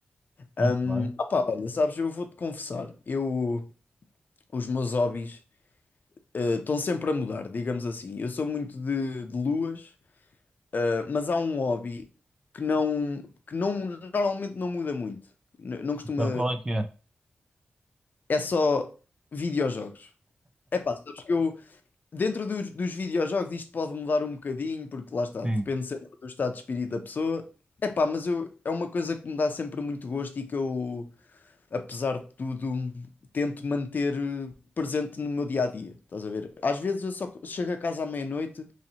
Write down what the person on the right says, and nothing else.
muito
bem.
Então, qual é que é?
Sim.